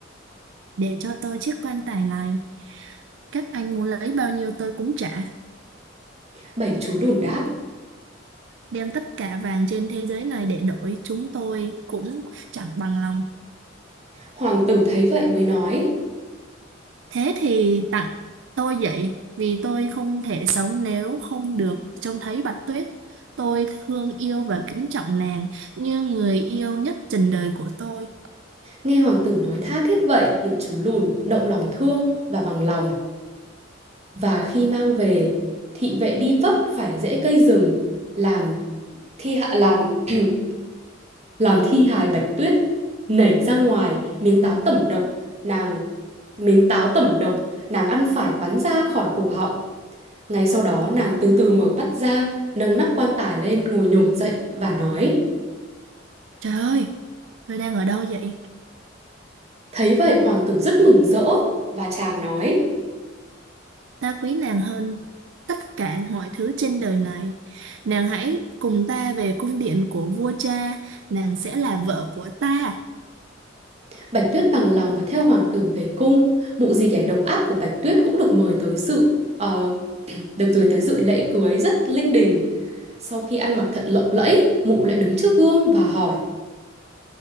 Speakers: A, on the right (about 70°); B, on the right (about 35°).
A: để cho tôi chiếc quan tài này. Các anh muốn lấy bao nhiêu tôi cũng trả,
B: bảy chú lùn đáp.
A: đem tất cả vàng trên thế giới này để đổi, chúng tôi cũng chẳng bằng lòng.
B: Hoàng tử thấy vậy mới nói,
A: Thế thì tặng tôi vậy, vì tôi không thể sống nếu không được trông thấy Bạch Tuyết. Tôi thương yêu và kính trọng nàng như người yêu nhất trần đời của tôi.
B: nghe hoàng tử nói tha thiết vậy, những chú lùn động lòng thương và bằng lòng Và khi mang về, thị vệ đi vấp phải rễ cây rừng, làm thi hạ làm <clears throat> làm thi hài Bạch Tuyết nảy ra ngoài miếng táo tẩm độc, nàng miếng táo tẩm độc nàng ăn phải bắn ra khỏi cổ họng. Ngay sau đó nàng từ từ mở mắt ra, nâng nắp quan tài lên ngồi nhổm dậy và nói.
A: Trời ơi, tôi đang ở đâu vậy?
B: Thấy vậy hoàng tử rất mừng rỡ và chàng nói
A: Ta quý nàng hơn tất cả mọi thứ trên đời này. Nàng hãy cùng ta về cung điện của vua cha, nàng sẽ là vợ của ta.
B: Bạch Tuyết bằng lòng và theo hoàng tử về cung. Mụ dì ghẻ độc ác của Bạch Tuyết cũng được mời tới dự ờ, <clears throat> được gửi tới dự lễ cưới rất linh đình. Sau khi ăn mặc thật lộng lẫy, mụ lại đứng trước gương và hỏi.